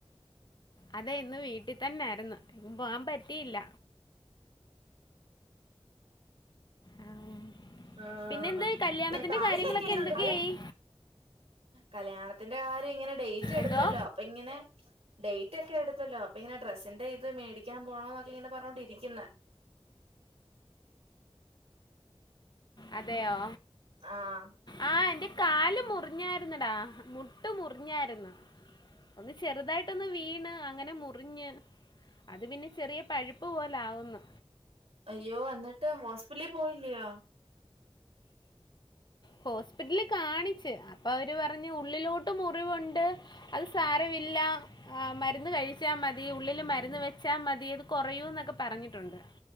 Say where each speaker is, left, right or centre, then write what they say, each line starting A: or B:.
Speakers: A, on the left; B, on the right.
A: അതെ ഇന്ന് വീട്ടി തന്നെയായിരുന്ന് എങ്ങും പോകാൻ പറ്റിയില്ല ആം.
B: ആഹ്
A: പിന്നെന്ത്
B: പിന്നെ
A: കല്യാണത്തിൻ്റെ
B: കാലിലൊക്കെ
A: കാര്യങ്ങളൊക്കെ
B: എങ്ങനെണ്ട്
A: എന്തൊക്കെയായി
B: കാല കല്യാണത്തിന്റെ കാര്യം ഇങ്ങനെ ഡേറ്റ് അടുത്തല്ലോ
A: എന്തോ
B: അപ്പൊ ഇങ്ങനെ ഡേറ്റ് ഒക്കെ എടുത്തല്ലോ അപ്പൊ ഇങ്ങനെ ഡ്രസ്സിന്റെ ഇത് മേടിക്കാൻ പോണോന്നൊക്കെ ഇങ്ങനെ പറഞ്ഞോണ്ടിരിക്കുന്ന്
A: അതെയോ
B: ആഹ്
A: ആഹ് എന്റെ കാല് മുറിഞ്ഞായിരുന്നടാ മുട്ട് മുറിഞ്ഞായിരുന്ന് ഒന്ന് ചെറുതായിട്ടൊന്ന് വീണ് അങ്ങനെ മുറിഞ്ഞ് അത് പിന്നെ ചെറിയ പഴുപ്പ് പോലെ ലാവുന്ന്
B: അയ്യോ എന്നിട്ട് ഹോസ്പിറ്റലിൽ പോയില്ലയോ
A: ഹോസ്പിറ്റലിൽ കാണിച്ച് അപ്പൊ അവര് പറഞ്ഞ് ഉള്ളിലോട്ട് മുറിവുണ്ട്. അത് സാരവില്ലാ ആഹ് മരുന്ന് കഴിച്ചാ മതി ഉള്ളില് മരുന്ന് വെച്ചാ മതി അത് കുറയൂ ന്നൊക്കെ പറഞ്ഞിട്ടുണ്ട്.